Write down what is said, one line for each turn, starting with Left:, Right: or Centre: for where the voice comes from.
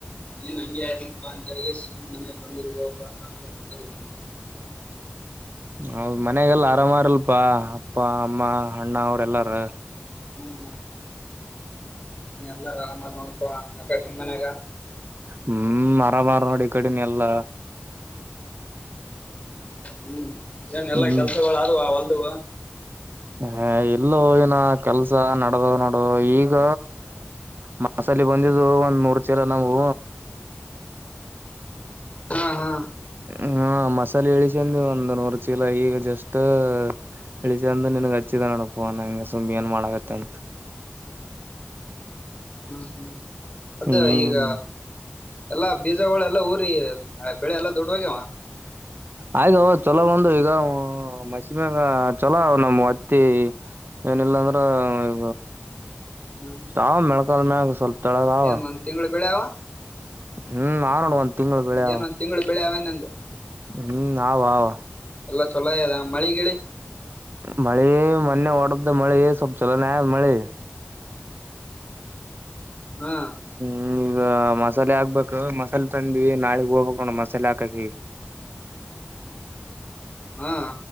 Left: ನೀನ್ ಹಂಗೆ ಆದಿಪ್ಪಾ ಅಂತ ಹೇಳ ಸುಮ್ಮ್ ಮನೆ ಬಂಗೂರ್ ಹಪ್ಪಾ ಅಂತ ಅಂದ್ರೆ ಬಂಗೂರ್ ಬಂದ.
Right: ಹೌದ್ ಮನೆಗಲ್ಲ ಆರಾಮಾರಲ್ಪಾ ಅಪ್ಪ ಅಮ್ಮ ಅಣ್ಣ ಅವ್ರೆಲ್ಲಾರು.
Left: ಹ್ಮ್ ನೀ ಎಲ್ಲ ನೋಡ್ಪ ಆಕಡೆ ನಿಮ್ಮ ಮನ್ಯಾಗ.
Right: ಹ್ಮ್ ಅರಾಮಾರ ನೋಡಿ ಈ ಕಡೆನ ಎಲ್ಲ.
Left: ಹ್ಮ್ ಏನ್ ಎಲ್ಲಾ
Right: ಹ್ಮ್
Left: ಕೆಲ್ಸಗಳು ಅದವ ಹೊಲ್ದುವ.
Right: ಹ ಎಲ್ಲೂ ಏನ ಕೆಲ್ಸ ನಡದದ್ ನೋಡು ಈಗ. ಮಸಲ್ಲಿ ಬಂದಿದ್ದು ಒಂದ್ ಮೂರು ಚೀಲ ನಾವು.
Left: ಹಾ ಹಾ.
Right: ಹ್ಮ ಮಸಾಲೆ ಎಳಸಂದ ಒಂದು ನೂರು ಚೀಲ ಈಗ ಜಸ್ಟ್. ಇಳಿಸಿಂದ ನನ್ಗ್ ಹಚ್ಚಿದ ನನಪುವ ನಂಗೆ ಸುಮ್ಮ ಏನ್ ಮಾಡಗತ್ತೆ ಅಂತ. <inaudible>
Left: ಹ್ಮ್ ಹ್ಮ್ ಅದ
Right: ಹ್ಮ್
Left: ಈಗ. ಎಲ್ಲಾ ಬೀಜಗಳ ಎಲ್ಲಾ ಊರಿ ಬೆಳೆ ಎಲ್ಲಾ ದೊಡ್ವಾಗ್ಯವ.
Right: ಆಯ್ಗ ಚೊಲೋ ಒಂದು ಈಗ. ಮಸಮಾಗ ಚಲೋ ನವುತ್ತೆ. ಏನಿಲ್ಲ ಅಂದ್ರ ಈ
Left: ಹ್ಮ್
Right: ಸಾವ ಮೆಳ್ಕಲ್ ಮ್ಯಾಗ ಸ್ವಲ್ಪ. ತಳಗ ಅವ
Left: ಏನ್ ಒಂದ್ ತಿಂಗ್ಗಳು ಬೆಳ್ಯ.
Right: ಹ್ಮ್ ನನನೋಡಾ ಒಂದ್ ತಿಂಗಳ ಬೆಳೆ.
Left: ಏನ್ <unintelligible>
Right: ಹ್ಮ್ ಆವ ಆವ.
Left: ಎಲ್ಲ ಚೊಲೋ ಇದದ ಮಳಿ ಗಿಳಿ.
Right: ಮಿ ಮನ್ನೆ ಒಡದ್ದ ಮಳಿ ಸೊಪ್ಪ ಚಲೋ ನಾ ಅದ ಮಳಿ.
Left: ಹಾ.
Right: ಹ ಈಗ ಮಸಾಲೆ ಹಾಕ್ಬೇಕು ಮಸಾಲೆ ತಂದಿವವಿ ನಾಳಗ್ ಹೋಗ್ಬೇಕುಣ್ಣ್ ಮಸಾಲೆ ಹಾಕಕ ಈಗ್. <inaudible>
Left: ಹಾ.